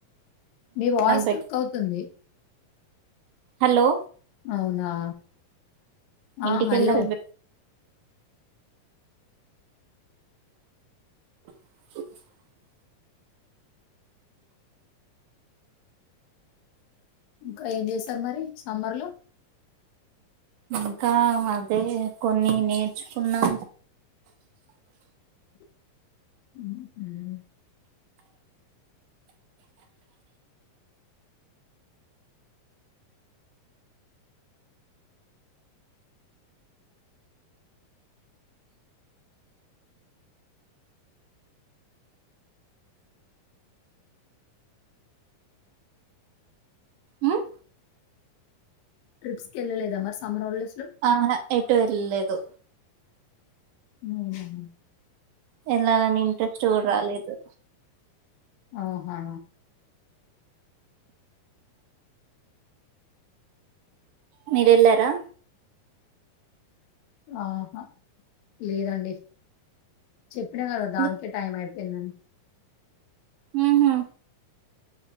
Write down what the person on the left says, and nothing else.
మీ వాయిస్
స్టక్ అవుతుంది
అవునా ఆ
హలో
ఇంకా ఏం చేశారు మరి సమ్మర్ లో
<inaudible> <inaudible>
ట్రిప్స్కి వెళ్ళలేదా మరి సమ్మర్ హాలిడేస్ లో?
హుహమ్
ఓహో
ఆహా లేదండి చెప్పినా కదా దానికే
టైం అయిపో ఏడి